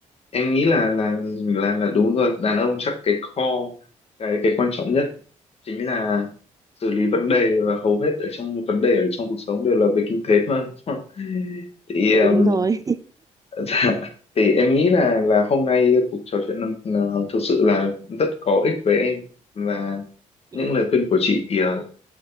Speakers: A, on the left (about 50°); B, on the right (about 25°).
A: em nghĩ là là là là đúng rồi đàn ông chắc cái core cái cái quan trọng nhất chính là xử lý vấn đề và hầu hết ở trong vấn đề ở trong cuộc sống đều là về kinh tế mà đúng không? thì
B: Ừ
A: um,
B: đúng rồi.
A: <laughs> dạ, thì em nghĩ là là hôm nay cuộc trò chuyện là, là thực sự là rất có ích với em và
B: <laughs>
A: những
B: ừ
A: lời khuyên của chị ờ,